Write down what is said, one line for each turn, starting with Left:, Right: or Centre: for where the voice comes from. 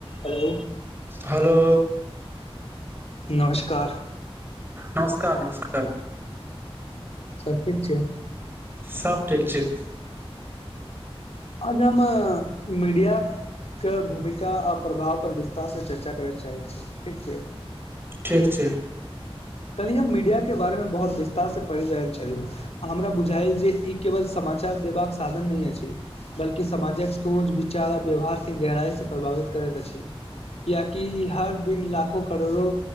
Left: hello
Right: hello
Left: नमस्कार
Right: नमस्कार नमस्कार
Left: सब ठीक छै
Right: सब ठीक छय
Left: अजम मिडिया के भूमिका आ प्रभाव पर विस्तार से चर्चा करय चाहैत छी ठीक छय
Right: ठीक छय
Left: कनि हम मीडियाके बारेमे बहुत विस्तारसँ पढ़ि रहल छलहुँ हमरा बुझाईल जे ई केवल समाचार देबाक साधन नय अछि बल्कि समाजक सोच विचार आ व्यवहार के गहराई से प्रभावित करैत अइछ कियकि हर दिन लाखो करोड़ो